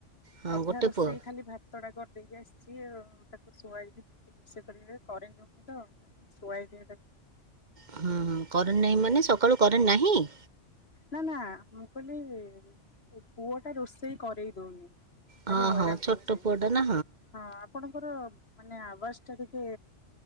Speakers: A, on the right (about 40°); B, on the left (about 55°).
A: ହଁ
B: ଅଧା
A: ଗୋଟେ
B: ରୋଷେଇ
A: ପୁଅ
B: ଖାଲି ଭାତ ଟା କରିଦେଇକି ଆସି ସିଏ ତାକୁ ଶୁଆଇକି ଯିବି ରୋଷେଇ କରିବି କରେଇ ଦଉନି ତ ଶୁଆଇ ଦିଏ ତାକୁ।
A: ହୁଁ ହୁଁ କରେଣ୍ଟ ନାହିଁ ମାନେ ସକାଳୁ କରେଣ୍ଟ ନାହିଁ?
B: ନା ନା ମୁଁ କହିଲି ପୁଅ ଟା ରୋଷେଇ କରେଇ ଦଉନି।
A: ହଁ
B: ଭାରି ହଇରାଣ
A: ହଁ ଛୋଟ
B: କରୁଛି
A: ପୁଅଟା ନା
B: ହଁ ଆପଣଙ୍କର ମାନେ ଆ କଷ୍ଟ ଟିକେ